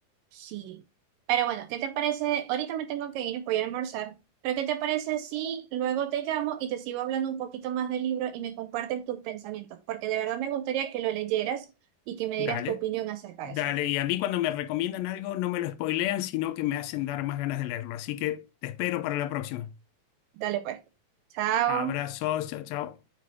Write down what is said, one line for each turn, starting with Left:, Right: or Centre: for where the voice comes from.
Right: sí. Pero bueno, ¿qué te parece? Ahorita me tengo que ir, voy a almorzar, pero ¿qué te parece si luego te llamo y te sigo hablando un poquito más del libro y me compartes tus pensamientos? Porque de verdad me gustaría que lo leyeras y que me
Left: Dale,
Right: dieras tu opinión acerca
Left: dale.
Right: de eso.
Left: Y a mí cuando me recomiendan algo no me lo spoilean, sino que me hacen dar más ganas de leerlo. Así que te espero para la próxima.
Right: Dale pues. Chao.
Left: Abrazos, chao, chao.